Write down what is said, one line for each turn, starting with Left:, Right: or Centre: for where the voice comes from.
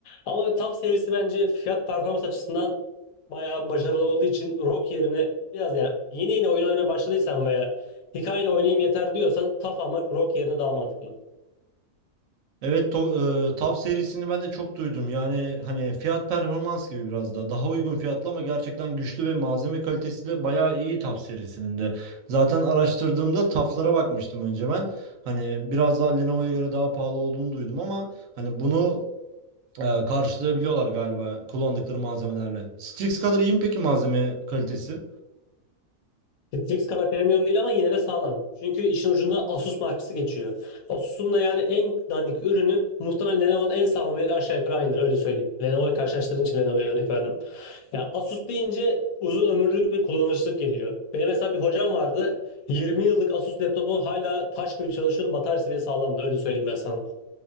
Left: Ama TUF serisi bence fiyat performans açısından bayağı başarılı olduğu için ROG yerine biraz yani yeni yeni oyun oynamaya başladıysan veya hikayeni oynayayım yeter diyorsan TUF almak ROG yerine daha mantıklı.
Right: Evet, to- e, TAV serisini ben de çok duydum. Yani hani fiyat performans gibi biraz daha. Daha uygun fiyatlı ama gerçekten güçlü ve malzeme kalitesi de bayağı iyi TAV serisinin de. Zaten araştırdığımda TAV'lara bakmıştım önce ben. Hani biraz daha Lenovo'ya göre daha pahalı olduğunu duydum ama hani bunu e, karşılayabiliyorlar galiba kullandıkları malzemelerle. Strix kadar iyi mi peki malzeme kalitesi?
Left: Netflix kadar premium değil ama yine de sağlam. Çünkü işin ucunda Asus markası geçiyor. Asus'un da yani en dandik ürünü muhtemelen Lenovo'nun en sağlamıyla aşağı yukarı aynıdır öyle söyleyeyim. Lenovo'yu karşılaştırdığın için Lenovo'ya örnek verdim. Ya Asus deyince uzun ömürlülük ve kullanışlık geliyor. Benim mesela bir hocam vardı. 20 yıllık Asus laptopu hala taş gibi çalışıyordu. Bataryası bile sağlamdı. Öyle söyleyeyim ben sana.